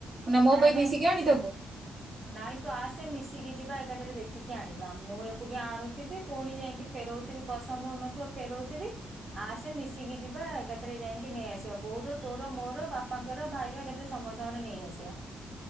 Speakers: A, on the right; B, on the right.
A: ନା ମୋ
B: ନାଇଁ
A: ପାଇଁ
B: ନାଇଁ
A: ମିଶିକି ଆଣିଦବୁ।
B: ନାଇଁ ତୁ ଆସେ ମିଶିକି ଯିବା ଏକାଥରେ ଦେଖିକି ଆଣିବା, ମୁଁ ଏକୁଟିଏ ଆଣୁଥିବି ପୁଣି ଯାଇକି ଫେର ନଉଥିବି ପସନ୍ଦ ହଉନଥିବ ଫେରଉଥିବି ଆସେ ମିଶିକି ଯିବା, ଏକାଥରେ ଯାଇକି ନେଇ ଆସିବା ବୋଉର ତୋର ମୋର ବାପାଙ୍କର ଭାଇର ଏକାଥିରେ ସମସ୍ତଙ୍କର ନେଇ ଆସିବା।